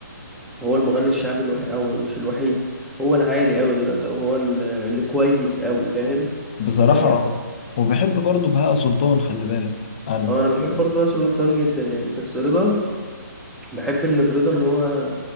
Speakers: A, in the centre; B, on the left.
A: هو المغني الشعبي الوحيد او مش الوحيد هو العالي قوي دلوقتي او هو ال- اللي كويس قوي فاهم
B: بصراحة
A: اه
B: اه وبحب برضه بهاء سلطان خلي بالك انا
A: آه، انا بحب برضه بهاء سلطان جدا يعني بس رضا بحب ان فريدة ان هو